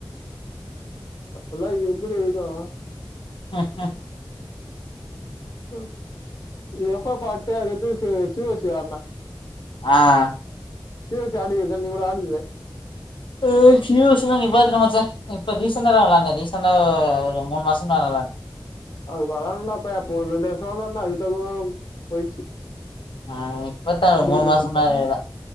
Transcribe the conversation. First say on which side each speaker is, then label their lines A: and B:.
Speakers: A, on the left; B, on the left.
A: அப்பலா எப்டி இருக்கு
B: ம் ம்
A: ம் எப்போ பாத்தா எது சி ஓ சி ஏர்னா
B: ஆ
A: சி ஓ சி ஆடினது தா நீ கூட ஆடிது
B: அ சி ஓ சி னா நிப்பாட்டிரு மச்சா இப்போ ரீசண்டா தா நல்லா இருந்தே ரீசண்டா ஒரு மூணு மாசம் தா நல்லா இருந்த
A: அதுலா இல்ல அப்ப இப்போ ரெண்டு வருசம்ல்லா இதுக்கு அதுவு போயிச்சு
B: ஆ இப்பத்தா
A: முடியல
B: மூணு மாசமா
A: வுட்டே
B: இருக்குற